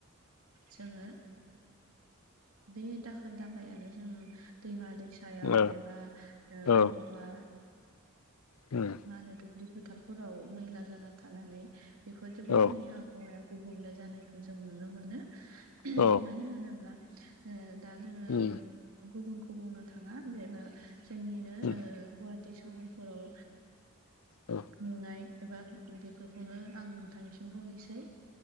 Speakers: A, on the right; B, on the left.
A: जोङो बे दाखोर दालायानो जों दैमा दैसायाव
B: ओ
A: एबा बबावबा
B: औ उम
A: मा होनो दुब्लि फोथारफोराव मैला जाना थानानै बेफोरजोंबो
B: औ
A: जोंनि आब आबहावाया गुबुंले जानायखौ जों नुनो मोनो
B: औ
A: मानो होनोब्ला ओ जोङो
B: उम
A: गुबुनखौ बुंनो थाङा जेबो जोंनिनो
B: उम
A: गुवाहाटी सहरफोराव
B: औ
A: नुनाय एबा बेफोरखौनो आं नोंथांनिसिम बुंनोसै